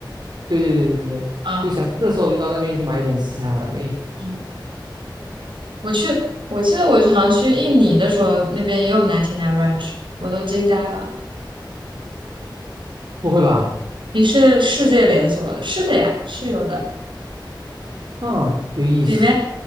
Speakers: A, on the right; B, on the right.
A: 对对对对对，
B: 啊，
A: 就想吃的时候就到那边去买一点食材回来呗。
B: 嗯。我去，我记得我好像去印尼的时候，那边也有 Ninety Nine Ranch，我都惊呆了。
A: 不会吧？
B: 你是世界连锁了？是的呀，是有的。
A: 哼，有意思
B: 里面，